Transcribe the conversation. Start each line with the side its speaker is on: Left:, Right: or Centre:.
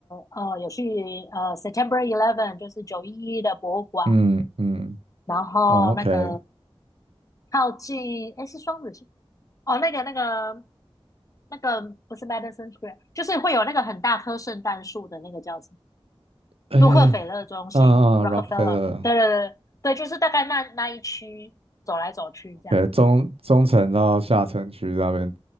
Left: 呃，有去呃 September Eleven，就是九一一的博物馆，
Right: 嗯嗯，
Left: 然后那个
Right: 哦，OK，
Left: 靠近诶是双子星哦，那个那个那个不是 Madison Square，就是会有那个很大棵圣诞树的那个叫什么？
Right: 哎，
Left: 洛克菲勒中心
Right: 啊啊，Rockefeller，OK，
Left: （Rockefeller）。对对对对，就是大概那那一区走来走去这样子。
Right: 中中层到下城区那边